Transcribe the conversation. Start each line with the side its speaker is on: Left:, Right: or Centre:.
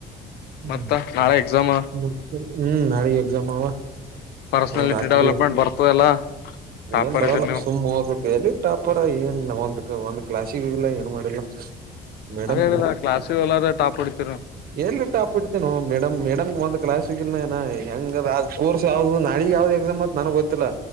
Right: ಹ್ಮ
Left: ಮತ್ತ ನಾಳೆ ಎಕ್ಸಾಮ್
Right: ಮತ್ತೆ ಹ್ಮ್ ನಳೆಯ ಜಮಾವ
Left: ಪರ್ಸನಾಲಿಟಿ
Right: ರಾತ್ರಿ
Left: ಡೆವಲಪ್ಮೆಂಟ್ ಬರ್ತದಲ್ಲಾ ಟಾಪರ್
Right: ಏನ್ ಬರಲ್ಲ
Left: ಇದ್ರಿ ನೀವು
Right: ಸುಮ್ಮ್ ಹೋದ ಕ ಹೇಳಿ ಇಟ್ಟ ಅಪರ ಏನ್ ಒಂದ್ ಒಂದ ಕ್ಲಾಶಿಗೋಗಿಲ್ಲ ಏನು ಮಾಡಿಲ್ಲ ಮೇಡಮ್
Left: ಅದೇ ಅದಲ್ಲಾ ಕ್ಲಾಸ್ ಒಲ್ಲಾದ ಟಾಪ್ ಓಡಿತೀರ
Right: ಎಲ್ಲಿ ಟಾಪ್ ಒಡ್ತೆನೋ ಮೇಡಮ್ ಮೇಡಮ್ಗೆ ಒಂದ ಕ್ಲಾಸ್ಗಿಲ್ಲ ಹೆಂಗ ಅ ಕೋರ್ಸ್ ಯಾವ್ದ ನಾಲ್ಗಿ ಯಾವ್ದ ಎಕ್ಸಮ್ ನನಗೆ ಗೊತ್ತಿಲ್ಲ